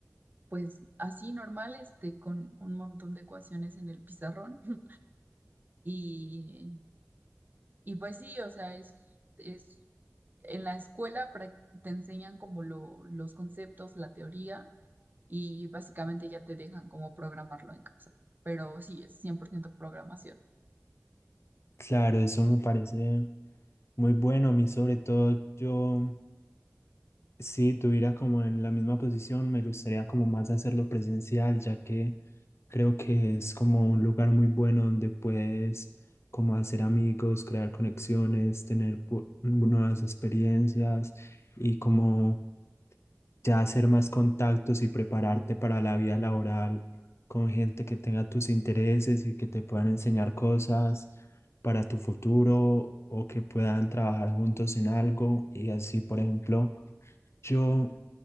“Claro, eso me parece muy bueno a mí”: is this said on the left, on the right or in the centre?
Left